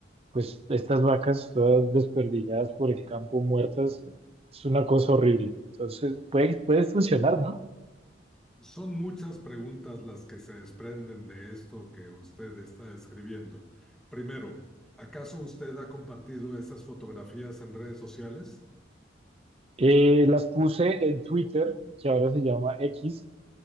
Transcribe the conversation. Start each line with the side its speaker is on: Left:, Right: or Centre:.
Right: pues estas vacas todas desperdigadas por el campo, muertas, eh, es una cosa horrible. Entonces, puede, puede funcionar, ¿no?
Centre: Son muchas preguntas las que se desprenden de esto que usted está escribiendo. Primero, ¿acaso usted ha compartido esas fotografías en redes sociales?
Right: Eh, las puse en Twitter, que ahora se llama X,